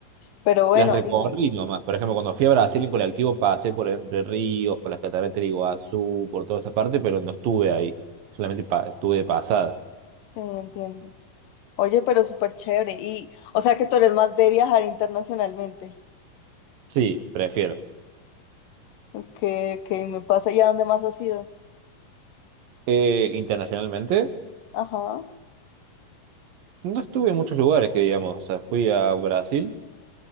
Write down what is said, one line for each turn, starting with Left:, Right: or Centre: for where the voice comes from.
Left: Pero bueno,
Right: Las recorrí
Left: igu-
Right: nomás. Por ejemplo, cuando fui a Brasil en colectivo pasé por Entre Ríos, por las cataratas de Iguazú, por toda esa parte, pero no estuve ahí. Solamente pa- estuve de pasada.
Left: sí, entiendo. Oye, pero súper chévere. Y, o sea que tú eres más de viajar internacionalmente.
Right: Sí, prefiero.
Left: Ok, ok, me pasa. ¿Y a dónde más has ido?
Right: Eh, internacionalmente,
Left: Ajá,
Right: no estuve en muchos lugares que digamos. O sea, fui a Brasil,